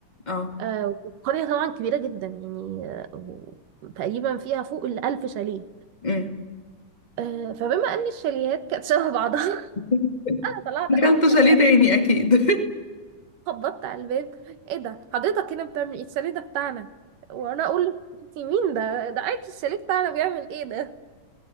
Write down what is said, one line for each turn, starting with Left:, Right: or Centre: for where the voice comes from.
Left: اه
Right: آه، والقرية طبعا كبيرة جدا يعني آه، و- تقريبا فيها فوق الألف شاليه
Left: أمم.
Right: آه، فبما ان الشاليهات كانت شبه بعضها
Left: <laughs>
Right: <laughs> انا طلعت
Left: دخلت
Right: اول شاليه
Left: شاليه تاني اكيد
Right: خبطت على الباب ايه ده حضرتك هنا بتعمل ايه الشاليه ده بتاعنا وانا اقول له انت مين ده ده عارف الشاليه بتاعنا بيعمل ايه ده